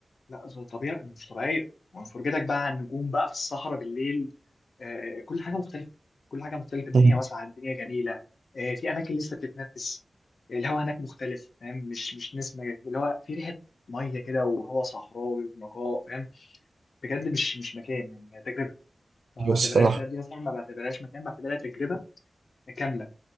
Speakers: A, on the left; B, on the right.
A: لا ز- طبيعي مش طبيعيه وفرجتك بقى على النجوم بقى في الصحراء بالليل آه كل حاجه مختلفه كل حاجه مختلفه الدنيا
B: اه
A: واسعه الدنيا جميله آه في اماكن لسه بتتنفس الهواء هناك مختلف فاهم مش مش نسمه اللي هو في ريحه ميه كده وهواء صحراوي ونقاء فاهم بجد مش مش مكان يعني هي تجربه ما
B: ايوه
A: بعتبرهاش
B: الصراحه
A: بقى دي مثلا ما بعتبرهاش مكان بعتبرها تجربه كامله